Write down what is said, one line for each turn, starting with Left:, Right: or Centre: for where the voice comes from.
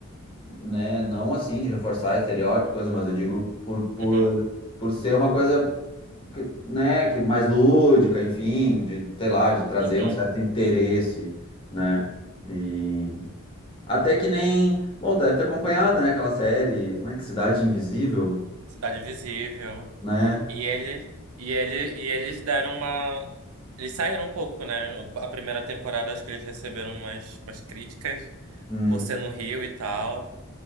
Left: né? Não assim de reforçar estereótipos, coisa, mas eu digo por, por,
Right: Uhum,
Left: por ser uma coisa que, né, que mais lúdica, enfim, de, sei lá, de trazer
Right: uhum.
Left: um certo interesse, né? E até que nem, bom, tu deve ter acompanhado, né, aquela série, como é que Cidade Invisível,
Right: Cidade Invisível.
Left: né?
Right: E ele, e ele, e eles deram uma Eles saíram um pouco, né? A primeira temporada acho que eles receberam umas, umas críticas
Left: Hum.
Right: por ser
Left: <laughs>
Right: no Rio e tal.